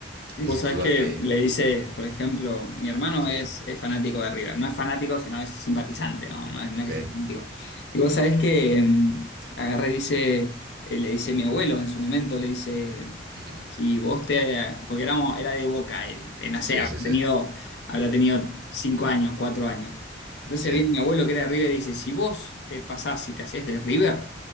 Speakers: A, on the right (about 55°); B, on the left (about 70°).
A: y
B: Vos
A: sin
B: sabés
A: duda
B: que
A: que,
B: le dice, por ejemplo, mi hermano
A: sí,
B: es, es fanático de River. No es fanático, sino es simpatizante, ¿no? No es, no
A: ok.
B: es que sea fanático. Y vos sabés que mm, agarra y dice, eh, le dice mi abuelo en su momento, le dice,
A: Ujú.
B: si vos te... Porque éramos, era de Boca él, eh, no sé,
A: Sí,
B: habrá
A: sí, sí.
B: tenido, habrá tenido cinco
A: <clears throat>
B: años, cuatro años. Entonces
A: Sí.
B: viene mi abuelo que era de River y dice, si vos te pasás y te hacés de River,